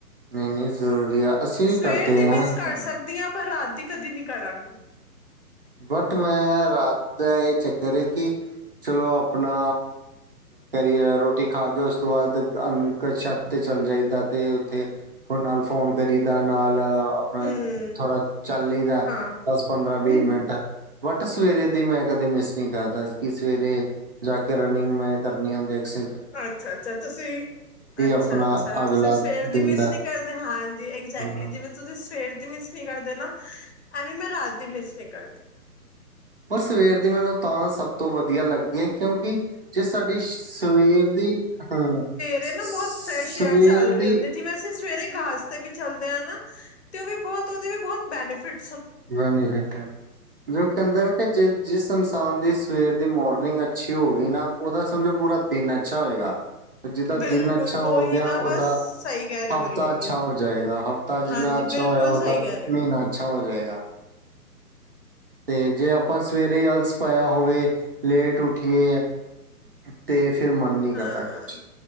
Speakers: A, on the right; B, on the left.
A: ਨਈ- ਨਈ ਜ਼ਰੂਰੀ ਆ। ਅਸੀਂ ਵੀ
B: ਸਵੇਰ
A: ਕਰਦੇ
B: ਦੀ ਮਿਸ
A: ਹਾਂ
B: ਕਰ ਸਕਦੀ ਆਂ ਪਰ ਰਾਤ ਦੀ ਕਦੀ ਨੀ ਕਰਾਂਗੀ।
A: ਬਟ ਮੈਂ ਰਾਤ ਦਾ ਇਹ ਚੱਕਰ ਏ ਕਿ ਚਲੋ ਆਪਣਾ ਕਰੀ ਰੋਟੀ ਖਾ ਕੇ ਉਸ ਤੋਂ ਬਾਦ ਅਨ ਛੱਤ ਤੇ ਚੱਲ ਜਾਈ ਦਾ। ਤੇ ਉੱਥੇ ਫ ਨਾਲ ਫੋਨ ਕਰੀਦਾ ਨਾਲ ਆਪਣਾ
B: ਹਮ
A: ਥੋੜਾ ਚੱਲ ਲੀ ਦੈ
B: ਹਾਂ
A: ਦੱਸ, ਪੰਦਰਾਂ, ਵੀਹ
B: ਹਮ
A: ਮਿੰਟ। ਬਟ ਸਵੇਰੇ ਦੀ ਮੈਂ ਕਦੇ ਮਿਸ ਨਹੀਂ ਕਰਦਾ ਕਿ ਸਵੇਰੇ ਜਾ ਕੇ ਰਨਿੰਗ ਮੈਂ ਕਰਨੀ ਹੁੰਦੀ। ਐਕਸ
B: ਅੱਛਾ-ਅੱਛਾ ਤੁਸੀਂ ਅੱਛਾ-
A: ਆਪਣਾ
B: ਅੱਛਾ
A: ਅਗਲਾ
B: ਤੁਸੀਂ ਸਵੇਰ
A: ਦਿਨ
B: ਦੀ ਮਿਸ
A: ਦਾ
B: ਨੀ ਕਰਦੇ ਹਾਂਜੀ। ਐਕਜੈਕਟਲੀ
A: ਹਮ,
B: ਜਿਵੇਂ ਤੁਸੀਂ ਸਵੇਰ ਦੀ ਮਿਸ ਨੀ ਕਰਦੇ ਨਾ ਐਵੇਂ ਮੈਂ ਰਾਤ ਦੀ ਮਿਸ ਨੀ ਕਰਦੀ।
A: ਪਰ ਸਵੇਰ ਦੀ ਮੈਨੂੰ ਤਾਂ ਸਭ ਤੋਂ ਵਧ ਵਧੀਆ ਲੱਗਦੀ ਏ ਕਿਉਂਕਿ ਜੇ ਸਾਡੀ ਸਵੇਰ ਦੀ ਹਾਂ
B: ਸਵੇਰ
A: ਸਵੇਰ
B: ਨਾ ਬਹੁਤ ਫਰੈਸ਼ ਏਅਰ ਚੱਲ ਰੀ
A: ਦੀ
B: ਹੁੰਦੀ। ਜਿਵੇਂ ਅਸੀਂ ਸਵੇਰੇ ਘਾਸ ਤੇ ਵੀ ਚਲਦੇ ਆ ਨਾ ਤੇ ਉਹ ਵੀ ਬਹੁਤ ਉਹਦੇ ਵੀ ਬਹੁਤ ਬੈਨੀਫਿਟ
A: ਮੈਂ ਨੀ ਵੇਖਿਆ ਜੋ ਕਹਿੰਦੇ ਨੇ ਕਿ ਜੇ ਜਿਸ ਇਨਸਾਨ ਦੀ ਸਵੇਰ ਦੀ ਮੋਰਨਿੰਗ ਅੱਛੀ ਹੋ ਗੀ ਨਾ ਉਹਦਾ ਸਮਝੋ ਪੂਰਾ ਦਿਨ ਅੱਛਾ ਹੋਏਗਾ। ਜਿਹਦਾ
B: ਬਿਲਕੁਲ
A: ਦਿਨ ਅੱਛਾ ਹੋ
B: ਉਹੀ
A: ਗਿਆ
B: ਨਾ
A: ਓਹਦਾ
B: ਬਸ ਸਹੀ ਕਹਿ ਰਹੇ ਹੋ
A: ਹਫ਼ਤਾ
B: ਬਿਲਕੁਲ
A: ਅੱਛਾ ਹੋ ਜਾਏਂਗਾ। ਹਫਤਾ ਜਿਨਾ
B: ਹਾਂਜੀ
A: ਅੱਛਾ
B: ਬਿਲਕੁਲ
A: ਹੋਇਆ, ਉਹਦਾ
B: ਸਹੀ ਕਹਿ ਰਹੇ
A: ਮਹੀਨਾ
B: ਹੋ।
A: ਅੱਛਾ ਹੋ ਜਾਏਗਾ। ਤੇ ਜੇ ਆਪਾਂ ਸਵੇਰੇ ਹੀ ਅਆਲਸ ਪਾਇਆ ਹੋਵੇ ਲੇਟ ਉੱਠੀਏ ਤੇ ਫਿਰ ਮਨ ਨੀ ਕਰਦਾ
B: ਹਾਂ
A: ਕੁਛ